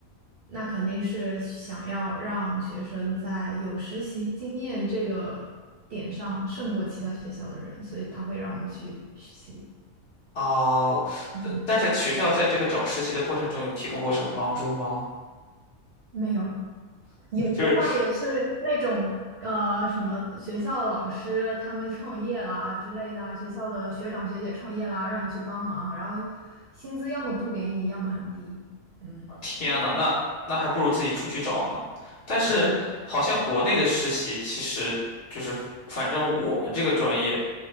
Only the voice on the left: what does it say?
哦，
但但是学校在这个找实习的过程中有提供过什么帮助吗？
就是
天呐，那那还不如自己出去找呢。但是好像国内的实习其实就是，
反正我们这个专业。